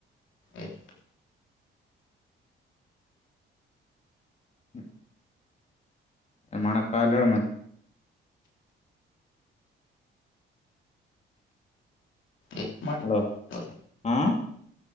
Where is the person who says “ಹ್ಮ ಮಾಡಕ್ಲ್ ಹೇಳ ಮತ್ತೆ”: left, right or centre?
Left